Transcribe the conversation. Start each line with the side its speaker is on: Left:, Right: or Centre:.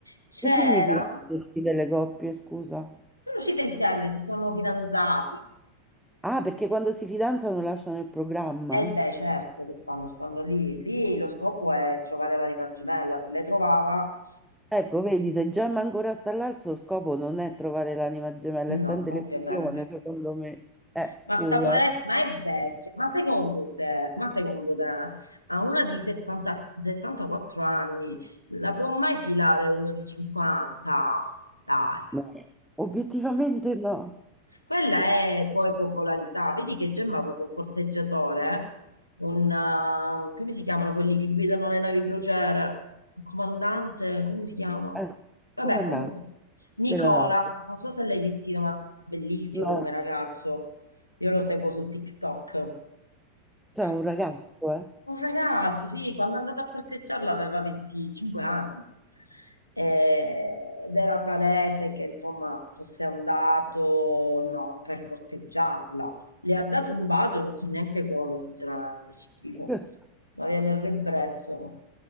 Left: C'era,
Centre: Che significa queste sfide delle coppie, scusa?
Left: sono uscite insieme, si sono fidanzati.
Centre: Ah, perché quando si fidanzano lasciano il programma?
Left: E beh, certo che fanno, stanno lì. Lì lo scopo è trovare l'anima gemella, se l'hai trovata,
Centre: Ecco, vedi, se Gemma ancora sta là, il suo scopo non è trovare l'anima gemella, è sta
Left: no,
Centre: in televisione,
Left: ovviamente.
Centre: secondo me. Eh,
Left: Ma
Centre: scusa.
Left: sta poveretta, ma è vecchia. Ma secondo te, ma secondo te, a una di 70 74 anni la può mai filare uno di 50? Dai.
Centre: No, obiettivamente no.
Left: Quella è poi popolarità. Vedi che Gemma ha avuto un corteggiatore, un, ehm, come si chiamano quelli che guidano le navi crociere? Un comandante, come si chiama?
Centre: Eh,
Left: Vabbè,
Centre: comandante
Left: comunque. Nicola,
Centre: della nave.
Left: non so se l'hai sentito, ma bellissimo
Centre: No,
Left: come ragazzo. Io lo seguo su TikTok.
Centre: c'è un
Left: Ma
Centre: ragazzo, eh.
Left: Un ragazzo, sì, quando è andato a corteggiarla aveva 25 anni E- ed era palese che insomma fosse andato non per corteggiarla. Le ha dato un bacio, non so neanche come, sinceramente, schifo,
Centre: <laughs>
Left: ma viene il ribrezzo.